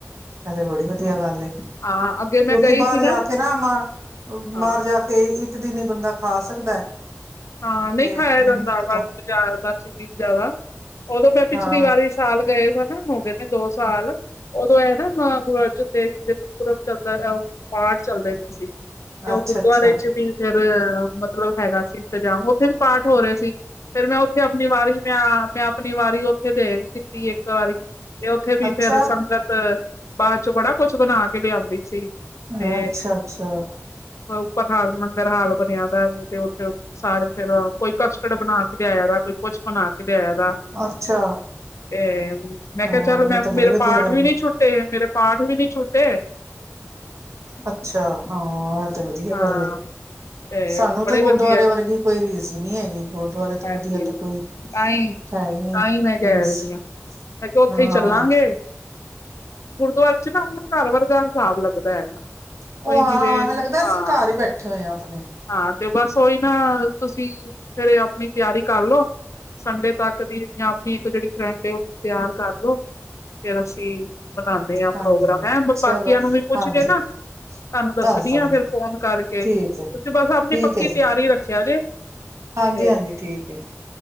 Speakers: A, on the right; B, on the left.
A: ਐਹ ਤੇ ਬੜੀ ਵਧੀਆ ਗੱਲ ਏ ਕਿਉਂਕਿ
B: ਹਾਂ ਅੱਗੇ ਮੈਂ ਗਈ
A: ਬਾਹਰ
B: ਸੀ
A: ਜਾ ਕੇ ਨਾ ਮਾਂ
B: ਹਾਂ
A: ਬਾਹਰ ਜਾ ਕੇ- ਕੇ ਇੱਕ ਦਿਨ ਹੀ ਬੰਦਾ ਖਾ ਸਕਦਾ।
B: ਹਾਂ ਨਹੀਂ
A: ਤੇ
B: ਖਾਯਾ
A: ਮੈਨੂੰ
B: ਜਾਂਦਾ
A: ਨੀ ਪਤਾ
B: ਬਸ ਬਾਜ਼ਾਰ ਦਾ ਚੀਜ਼ਾਂ ਦਾ ਉਦੋਂ ਮੈਂ ਪਿਛਲੀ
A: ਹਾਂ
B: ਵਾਰੀ, ਸਾਲ ਗਏ ਸਾ ਨਾ ਹੋ ਗਏ ਨੇ ਦੋ ਸਾਲ। ਉਦੋਂ ਇਹ ਨਾ ਮਾਂ ਗੁਰੂ ਅਰਜਨ ਦੇਵ ਜੀ ਦੇ ਗੁਰਪੁਰਬ ਚੱਲਦਾ ਹੈ ਉਹ, ਪਾਠ ਚਲਦੇ ਪਏ ਸੀ ਤੇ ਉਹ
A: ਅੱਛਾ-ਅੱਛਾ,
B: ਗੁਰਦੁਆਰੇ ਚ ਵੀ ਫੇਰ ਮਤਲਬ ਹੈਗਾ ਸੀ। ਇੰਤਜ਼ਾਮ ਉੱਥੇ ਵੀ ਪਾਠ ਹੋ ਰਹੇ ਸੀ ਫੇਰ ਮੈਂ ਉੱਥੇ ਆਪਣੀ ਵਾਰੀ, ਮੈਂ ਮੈਂ ਆਪਣੀ ਵਾਰੀ ਉੱਥੇ ਦੇ ਦਿੱਤੀ ਇੱਕ ਵਾਰੀ ਤੇ ਉੱਥੇ
A: ਅੱਛਾ-ਅੱਛਾ
B: ਵੀ ਫੇਰ ਸੰਗਤ, ਬਾਦ ਚ ਬੜਾ ਕੁਛ ਬਣਾ ਕੇ ਲਿਆਂਦੀ ਸੀ ਤੇ,
A: ਅੱਛਾ ਅੱਛਾ
B: ਉੱਪਰ ਹਾਲ ਲੰਗਰ ਹਾਲ ਬਣਿਆ ਦਾ ਸੀ ਤੇ ਉੱਥੇ ਸਾਰੇ ਫੇਰ ਕੋਈ ਕਸਟਡ ਬਣਾ ਕੇ ਲਿਆਇਆ ਦਾ ਕੋਈ ਕੁਛ ਬਣਾ ਕੇ ਲਿਆਯਾ ਦਾ।
A: ਅੱਛਾ
B: ਤੇ ਮੈਂ
A: ਹਾਂ
B: ਕਿਹਾ ਚੱਲ ਮੈਂ
A: ਇਹ ਤਾਂ ਬੜੀ
B: ਮੇਰੇ
A: ਵਧੀਆ
B: ਪਾਠ
A: ਗੱਲ
B: ਵੀ ਨੀ
A: ਹੈ
B: ਛੁੱਟ ਮੇਰੇ ਪਾਠ ਵੀ ਨੀ ਛੂਟੇ।
A: ਅੱਛਾ ਹਾਂ ਇਹ ਤੇ ਵਧੀਆ
B: ਹਾਂ
A: ਗੱਲ ਏ।
B: ਤੇ
A: ਸਾਨੂੰ
B: ਬੜੇ
A: ਤਾਂ ਗੁਰਦੁਆਰੇ
B: ਵਧੀਆ
A: ਵਰਗੀ ਕੋਈ ਰੀਸ ਈ ਨੀ ਹੈਗੀ। ਗੁਰਦੁਆਰੇ ਤੋਂ
B: ਹਾਂਜੀ
A: ਵਧੀਆ ਤਾਂ ਕੋਈ
B: ਤਾਂ ਹੀ
A: ਹੈ ਈ ਨੀ
B: ਤਾਂ ਹੀ ਮੈਂ ਕਹਿ
A: ਰੀਸ।
B: ਰਹੀ ਹਾਂ ਮੈਂ ਕਿਹਾ ਉੱਥੇ
A: ਹਾਂ
B: ਹੀ ਚੱਲਾਂਗੇ‌। ਗੁਰਦੁਆਰੇ ਚ ਨਾ ਅਪਣਾ ਘਰ ਵਰਗਾ ਹਿਸਾਬ ਲੱਗਦਾ।
A: ਉਹ
B: ਕੋਈ ਜਿਵੇਂ
A: ਐਵੇਂ ਲੱਗਦਾ ਅਸੀਂ
B: ਹਾਂ
A: ਘਰ ਈ ਬੈਠੇ ਹੋਏ ਆਂ ਆਪਣੇ।
B: ਹਾਂ ਤੇ ਬਸ ਓਹੀ ਨਾ ਤੁਸੀਂ ਫੇਰ ਆਪਣੀ ਤਿਆਰੀ ਕਾਰ ਲੋ। ਸੰਡੇ ਤਕ ਦੀ ਜਾਂ ਆਪਣੀ ਇੱਕ ਜੇੜੀ ਫਰੈਂਡ ਏ ਉਹਨੂੰ ਤਿਆਰ ਕਰਲੋ ਫੇਰ ਅਸੀਂ। ਬਨਾਨੇ ਆਂ
A: ਹਾਂਜੀ
B: ਪ੍ਰੋਗਰਾਮ ਐ ਬਾਕੀਆਂ
A: ਚਲੋ
B: ਨੂੰ ਵੀ ਪੁੱਛ
A: ਹਾਂਜੀ
B: ਕੇ ਨਾ। ਤੁਹਾਨੂੰ ਦੱਸਣੀ
A: ਦੱਸ ਦਾਂਗੀ
B: ਆ ਫੇਰ ਫੋਨ ਕਰਕੇ
A: ਠੀਕ
B: ਤੁਸੀਂ
A: ਹੈ
B: ਬਸ ਆਪਣੀ
A: ਠੀਕ
B: ਪੱਕੀ
A: ਹੈ ਜੀ
B: ਤਿਆਰੀ ਰੱਖਿਆ ਜੇ।
A: ਹਾਂਜੀ-
B: ਤੇ
A: ਹਾਂਜੀ ਠੀਕ ਏ।